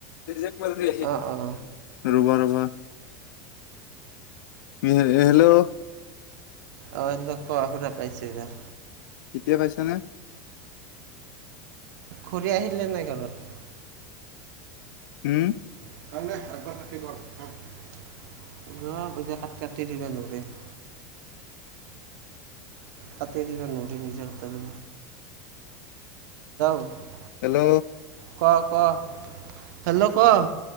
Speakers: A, on the left; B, on the right.
A: <unintelligible>
B: অঁ অঁ
A: ৰ'বা ৰ'বা! হেল্ল'!
B: অঁ কোৱা, শুনা পাইছোঁ এতিয়া।
A: এতিয়া পাইছা নে?
B: খুৰী আহিলে নে ঘৰত?
A: উম।
B: <unintelligible> কাটি দিবা নোৱাৰি, <unintelligible>
A: হেল্ল'!
B: ক' ক' হেল্ল'! ক'।